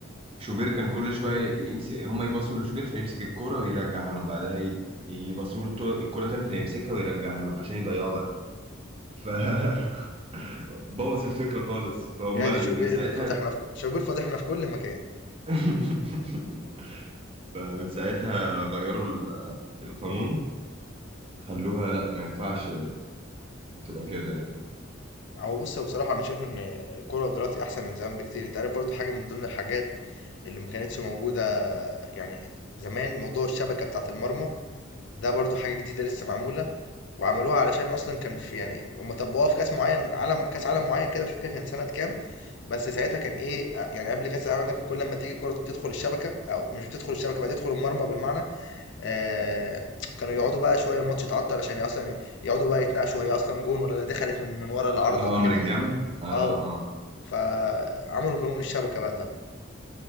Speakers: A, on the right; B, on the left.
A: شوبير كان كل شويه يمسك هما يبصوا لشوبير فيمسك الكوره ويرجعها لهم بعدها ي- يبصوا له الكوره تاني فيمسكها ويرجعها لهم عشان يضيعوا وقت ف <laughs> بوظ الفكرة خالص فهم
B: يا
A: ال-
B: دي شوبير
A: من ساعتها
B: فضحنا في كل شوبير فضحنا في كل مكان
A: <laughs> فمن ساعتها غيروا ال- القانون خلوها لا ما ينفعش تبقى كده يعني
B: هو بص بصراحه انا شايف ان الكوره دلوقتي احسن من زمان بكتير انت عارف برضو حاجه من ضمن الحاجات اللي ما كانتش موجودة يعني زمان موضوع الشبكة بتاعة المرمى ده برضو حاجة جديدة لسه معمولة وعملوها علشان أصلا كان في يعني هم طبقوها في كأس معين عالم كأس عالم معين كده مش فاكر كان سنة كام بس ساعتها كان إيه آه، يعني قبل كأس العالم ده كان كل ما تيجي كرة تدخل الشبكة أو مش بتدخل الشبكة بقى تدخل المرمى بالمعنى آه كانوا يقعدوا بقى شوية الماتش يتعطل عشان أصلا يقعدوا بقى يتناقشوا هي أصلا جون ولا دخلت من من ورا العارضة
A: اه
B: وكده
A: من الجنب اه
B: اه
A: اه
B: فعملوا قانون الشبكة بقى ده